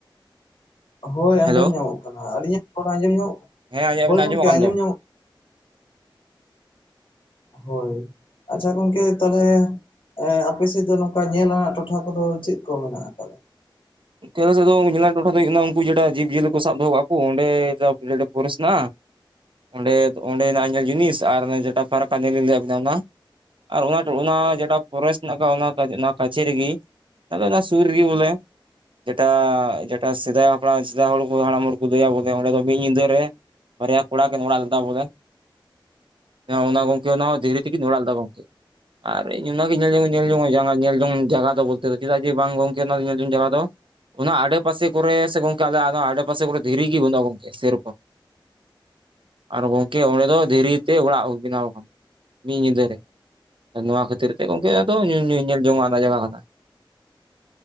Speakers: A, on the left; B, on the right.
A: ᱦᱳᱭ ᱟᱸᱡᱚᱢ
B: ᱦᱮᱞᱳ
A: ᱧᱟᱢᱚᱜ ᱠᱟᱱᱟ, ᱟᱹᱞᱤᱧᱟᱜ ᱛᱷᱚᱲᱟ ᱟᱸᱡᱚᱢ ᱧᱟᱢᱚᱜ ᱠᱟᱱᱟ?
B: ᱦᱮᱸ ᱟᱵᱤᱱᱟᱝ
A: ᱦᱳᱭ ᱜᱚᱢᱠᱮ
B: ᱟᱡᱚᱢᱚᱜ ᱠᱟᱱ
A: ᱟᱸᱡᱚᱢ
B: ᱫᱚ᱾
A: ᱧᱟᱢᱚᱜ ᱦᱳᱭ ᱟᱪᱪᱷᱟ ᱜᱚᱝᱠᱮ ᱛᱟᱦᱚᱞᱮ ᱟᱯᱮ ᱥᱮᱫ ᱫᱚ ᱱᱚᱝᱠᱟ ᱧᱮᱞ ᱟᱱᱟᱜ ᱴᱚᱴᱷᱟ ᱠᱚᱫᱚ ᱪᱮᱫ ᱠᱚ ᱢᱮᱱᱟᱜ ᱟᱠᱟᱫᱟ?
B: ᱠᱮᱣᱨᱟ ᱥᱟᱫᱚᱢ ᱧᱮᱞᱨᱮᱱᱟᱜ ᱴᱚᱴᱷᱟ ᱫᱚ ᱦᱩᱭᱩᱜ ᱠᱟᱱᱟ ᱩᱱᱠᱩ ᱡᱮᱴᱟ ᱡᱤᱵᱽ ᱡᱤᱭᱟᱹᱞᱤ ᱠᱚ ᱥᱟᱵ ᱫᱚᱦᱚ ᱠᱟᱜ ᱠᱚ ᱚᱸᱰᱮ <unintelligible> ᱯᱷᱚᱨᱮᱥᱴ ᱦᱮᱱᱟᱜ-ᱟ ᱚᱸᱰᱮ ᱚᱸᱰᱮᱱᱟᱜ ᱧᱮᱞ ᱡᱤᱱᱤᱥ ᱟᱨ ᱡᱮᱴᱟ ᱯᱷᱟᱨᱟᱠᱟ ᱧᱮᱞᱤᱧ ᱞᱟᱹᱭᱟᱵᱤᱱᱟ ᱚᱱᱟ᱾ ᱟᱨ ᱚᱱᱟ ᱚᱱᱟ ᱡᱮᱴᱟ ᱯᱷᱚᱨᱮᱥᱴ ᱢᱮᱱᱟᱜᱱᱟᱜ ᱟᱠᱟᱜ-ᱟ ᱚᱱᱟ ᱚᱱᱟ ᱠᱟᱪᱷᱮ ᱨᱮᱜᱮ᱾ ᱢᱤᱫᱴᱟᱝ ᱢᱮᱱᱟᱜ-ᱟ ᱥᱩᱨ ᱨᱮᱜᱮ ᱵᱚᱞᱮ᱾ ᱡᱮᱴᱟ ᱡᱮᱴᱟ ᱥᱮᱫᱟᱭ ᱦᱟᱯᱲᱟᱢ ᱥᱮᱫᱟᱭ ᱦᱚᱲ ᱠᱚ ᱦᱟᱲᱟᱢ ᱦᱚᱲ ᱠᱚᱫᱚ ᱞᱟᱹᱭᱟ ᱵᱚᱞᱮ ᱚᱸᱰᱮ ᱫᱚ ᱢᱤᱫ ᱧᱤᱫᱟᱹ ᱨᱮ ᱵᱟᱨᱭᱟ ᱠᱩᱲᱟ ᱠᱤᱱ ᱚᱲᱟᱜ ᱞᱮᱫᱟ ᱵᱚᱞᱮ ᱚᱱᱟ ᱦᱚᱸ ᱜᱚᱢᱠᱮ ᱫᱷᱤᱨᱤ ᱛᱮᱠᱤᱱ ᱚᱲᱟᱜ ᱞᱮᱫᱟ ᱜᱚᱢᱠᱮ᱾
A: <inaudible>
B: ᱟᱨ ᱤᱧ ᱚᱱᱟᱜᱮ ᱧᱮᱞ ᱡᱚᱝ ᱧᱮᱞ ᱡᱚᱝᱚᱜ ᱡᱟᱜᱟ ᱧᱮᱞ ᱡᱚᱝ ᱡᱟᱜᱟ ᱫᱚ ᱵᱚᱞᱛᱮ ᱫᱚ ᱪᱮᱫᱟᱜ ᱡᱮ ᱵᱟᱝ ᱜᱚᱝᱠᱮ ᱚᱱᱟ ᱧᱮᱞ ᱡᱚᱝ ᱡᱟᱜᱟ ᱫᱚ ᱚᱱᱟ ᱟᱲᱮᱯᱟᱥᱮ ᱠᱚᱨᱮ ᱥᱮ ᱜᱚᱝᱠᱮ ᱟᱞᱮ ᱚᱱᱟ ᱟᱲᱮᱯᱟᱥᱮ ᱠᱚᱨᱮ ᱫᱷᱤᱨᱤ ᱜᱮ ᱵᱟᱹᱱᱩᱜᱼᱟ ᱜᱚᱝᱠᱮ ᱥᱮᱨᱚᱠᱚᱢ᱾ ᱟᱨ ᱜᱚᱢᱠᱮ ᱚᱸᱰᱮ ᱫᱚ ᱫᱷᱤᱨᱤᱛᱮ ᱚᱲᱟᱜ ᱵᱮᱱᱟᱣ ᱠᱟᱱᱟ ᱢᱤᱫ ᱧᱤᱫᱟᱹ ᱨᱮ᱾ ᱱᱚᱣᱟ ᱠᱷᱟᱹᱛᱤᱨ ᱛᱮ ᱜᱚᱝᱠᱮ ᱟᱫᱚ ᱧᱩ ᱧᱮᱞ ᱡᱚᱝᱚᱜᱼᱟ ᱚᱱᱟ ᱡᱟᱜᱟ ᱠᱟᱱᱟ᱾